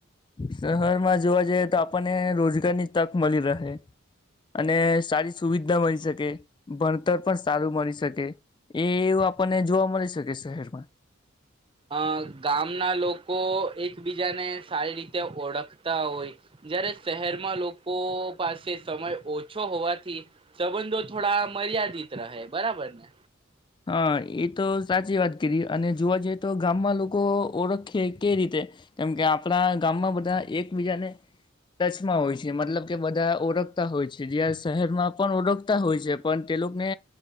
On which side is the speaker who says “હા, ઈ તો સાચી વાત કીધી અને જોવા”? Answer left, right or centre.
Left